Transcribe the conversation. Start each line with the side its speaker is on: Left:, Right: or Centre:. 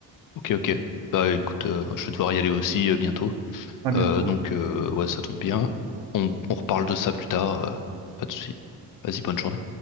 Left: Ok, ok. Bah écoute, euh, je vais devoir y aller aussi euh, bientôt.
Right: À bientôt,
Left: Euh, donc,
Right: ouais.
Left: euh, ouais, ça tombe bien. On, on reparle de ça plus tard. euh, pas de souci. Vas-y, bonne journée.